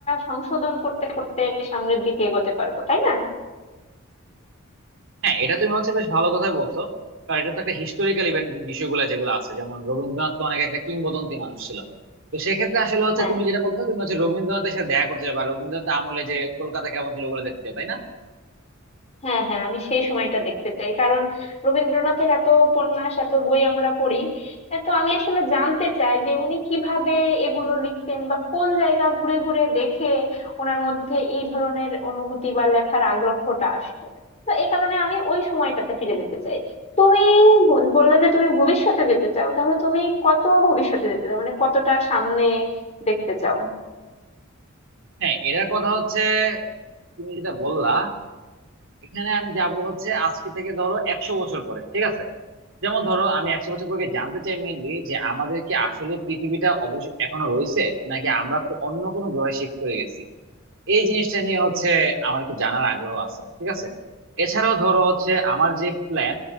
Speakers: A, on the left; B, on the right.
A: সংশোধন করতে করতে সামনের দিকে এগোতে পারবো তাই না
B: হ্যাঁ এটা তুমি হচ্ছে বেশ ভালো কথাই বলছো কারণ এটা তো একটা হিস্টোরিক্যাল ইভেন্ট বিষয়গুলো যেগুলো আছে যেমন রবীন্দ্রনাথ তো অনেক একটা কিংবদন্তি মানুষ ছিল তো সেক্ষেত্রে আসলে হচ্ছে
A: হ্যাঁ
B: তুমি যেটা বলছো তুমি হচ্ছে রবীন্দ্রনাথের সাথে দেখা করতে যাবে আর রবীন্দ্রনাথ আমলে যে কলকাতা কেমন ছিল ওগুলো দেখতে যাবে তাই না
A: হ্যাঁ হ্যাঁ আমি সেই সময়টা দেখতে চাই কারণ রবীন্দ্রনাথের এত উপন্যাস এত বই আমরা পড়ি এ তো আমি আসলে জানতে চাই যে উনি কিভাবে এগুলো লিখতেন বা কোন জায়গা ঘুরে ঘুরে দেখে ওনার মধ্যে এই ধরনের অনুভূতি বা লেখার আগ্রহটা আসতো তো এই কারণে আমি ওই সময়টাতে ফিরে যেতে চাই তুমি বল- বললে যে তুমি ভবিষ্যতে যেতে চাও তাহলে তুমি কত ভবিষ্যতে যেতে চাও মানে কতটা সামনে দেখতে চাও
B: হ্যাঁ এটার কথা হচ্ছে তুমি যেটা বললা এখানে আমি যাব হচ্ছে আজকে থেকে ধরো একশো বছর পরে ঠিক আছে যেমন ধরো আমি একশো বছর পরে গিয়ে জানতে চাই মেইনলি যে আমাদের কি আসলে পৃথিবীটা অবশ্যই এখনো রয়েছে নাকি আমরা কো- অন্য কোনো গ্রহে শিফট করে গেছি এই জিনিসটা নিয়ে হচ্ছে আমার একটু জানার আগ্রহ আছে ঠিক আছে এছাড়াও ধরো হচ্ছে আমার যে প্ল্যান